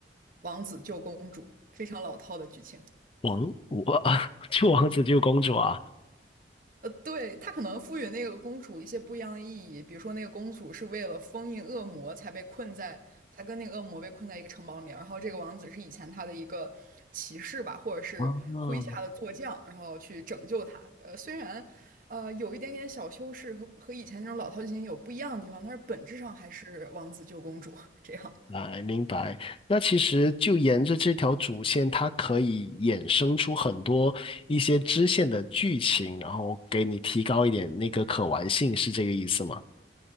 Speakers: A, on the right (about 50°); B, on the left (about 30°).
A: 《王子救公主》，非常老套的剧情。
B: 王，我 <laughs>，救王子救公主啊？
A: 呃，对，他可能赋予那个公主一些不一样的意义，比如说那个公主是为了封印恶魔才被困在，才跟那个恶魔被困在一个城堡里面，然后这个王子是以前他的一个骑士吧，或者是麾下的坐将，
B: 啊，
A: 然后去拯救他。呃，虽然呃有一点点小修饰和和以前那种老套剧情有不一样的地方，但是本质上还是王子救公主 <laughs> 这样。
B: 来，明白。那其实就沿着这条主线，它可以衍生出很多一些支线的剧情，然后给你提高一点那个可玩性，是这个意思吗？